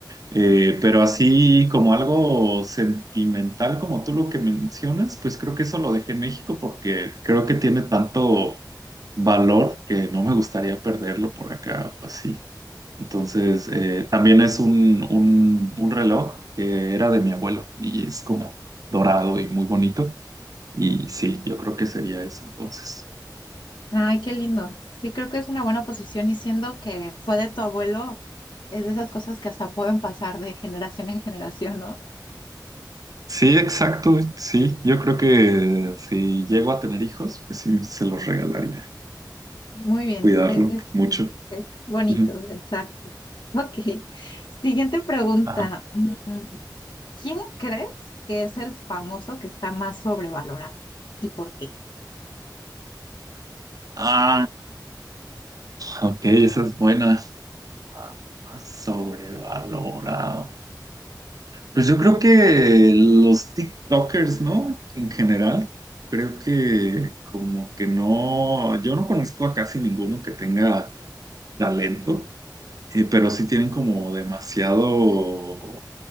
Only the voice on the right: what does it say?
Eh, pero así como algo sentimental como tú lo que mencionas, pues creo que eso lo dejé en México porque creo que tiene tanto valor que no me gustaría perderlo por acá o así. Entonces, eh, también es un, un, un reloj que era de mi abuelo y es como dorado y muy bonito. Y sí, yo creo que sería eso entonces.
Sí, exacto, sí. Yo creo que si llego a tener hijos, pues sí, se los regalaría.
Cuidarlo
mucho.
Ujú.
Ajá.
Ah, ok, esa es buena. Ah, Sobrevalorado. Pues yo creo que los TikTokers, ¿no? En general, creo que como que no, yo no conozco a casi ninguno que tenga talento, eh, pero sí tienen como demasiado